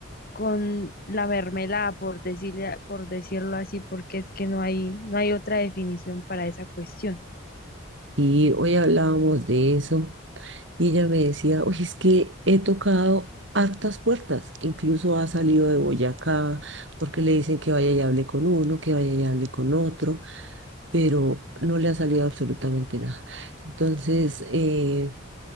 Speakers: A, on the left (about 45°); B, on the right (about 65°).
A: con la mermelada, por decirle, por decirlo así, porque es que no hay, no hay otra definición para esa cuestión.
B: Y hoy hablábamos de eso y ella me decía, oye, es que he tocado hartas puertas, incluso ha salido de Boyacá porque le dicen que vaya y hable con uno, que vaya y hable con otro, pero no le ha salido absolutamente nada. Entonces, eh,